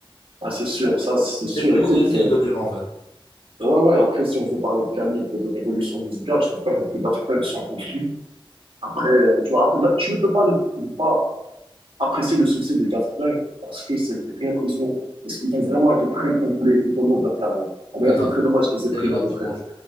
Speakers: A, on the right (about 70°); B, on the left (about 80°).
A: Ah, c'est sûr. Ça, c'est sûr.
B: C'est ce que
A: Écoute,
B: j'ai essayé
A: euh,
B: de dire en fait.
A: ouais, ouais. Après, si on veut parler de calibre et de révolution musicale, je trouve pas que Daft Punk sont au-dessus. Après, euh, tu vois, après, da- tu ne peux pas ne, ne pas apprécier le succès des Daft Punk parce que c'est vraiment, ils ont, ils ont vraiment été très complets tout au long de leur carrière. Et D'ailleurs,
B: Exactement,
A: c'est très dommage qu'ils aient pris
B: c'est exactement
A: leur retraite.
B: ça.